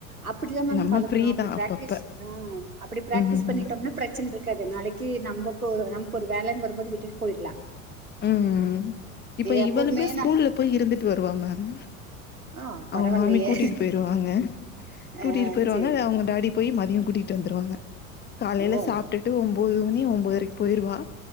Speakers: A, on the right (about 85°); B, on the left (about 25°).
A: அப்டிதா மேம்
B: நம்ம
A: பழக்கணு
B: ஃப்ரீதா
A: அப்டி பிராக்டிஸ்
B: அப்பப்ப
A: ஆ அப்டி பிராக்டிஸ்
B: ம்
A: பண்ணிடோம்னா பிரச்சன இருக்காது நாளக்கு நமக்கு ஒரு நமக்கு ஒரு வேலன்னு வரு போது விட்டிட்டு போயிடலா
B: ம் இப்ப
A: எப்பவுமே
B: இவளுமே ஸ்கூல்ல
A: நான்
B: போயி இருந்துட்டு வருவா மேம்
A: ஆ பரவாயில்லையே
B: அவுங்க மாமி கூட்டிட்டு போயிருவாங்க கூட்டிட்டு
A: ஆ,
B: போய்ருவாங்க
A: சரி
B: இல்ல அவுங்க டாடி போய் மதியோ கூட்டிட்டு வந்துருவாங்க காலயையில
A: ஓ
B: சாப்பிட்டுட்டு ஒன்போது மணி ஒம்போத்தறைக்கு போயிடுவா